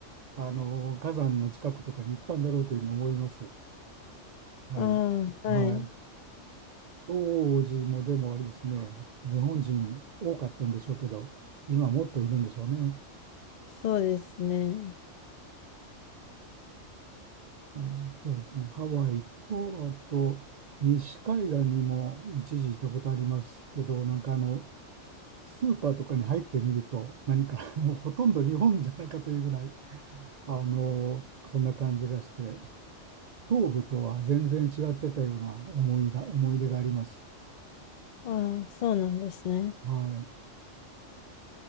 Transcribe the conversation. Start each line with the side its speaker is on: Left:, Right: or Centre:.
Right: あの、火山の近くとかに行ったんだろうというふうに思います。はい。
Left: あ
Right: はい。
Left: あ、はい。
Right: 当時もでもあれですね、日本人多かったんでしょうけど、今もっといるんでしょうね。
Left: そうですね。
Right: あの、そうですね、ハワイと、あと、西海岸にも一時行ったことありますけど、なんかあの、スーパーとかに入ってみると、何か <laughs> もうほとんど日本じゃないかというぐらい、あの、そんな感じがして、東部とは全然違ってたような思いが、思い出があります。
Left: ああ、そうなんですね。
Right: はい。